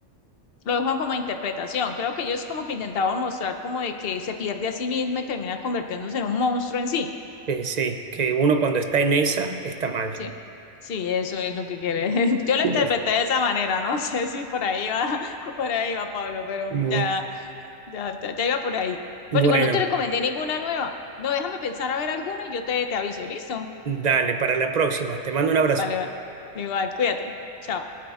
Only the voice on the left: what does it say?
lo dejo como interpretación. Creo que ellos como que intentaban mostrar como de que se pierde a sí misma y termina convirtiéndose en un monstruo en sí.
Sí, sí, eso es lo que quiere. <laughs> Yo lo
interpreté de esa manera, no <laughs> sé si por ahí va, <laughs> por ahí va Pablo, pero
ya, ya, ya, ya iba por ahí.
Bueno, igual no te recomendé ninguna nueva. No, déjame pensar a ver alguna y yo te, te aviso, ¿listo?
Vale, vale. Igual, cuídate. Chao.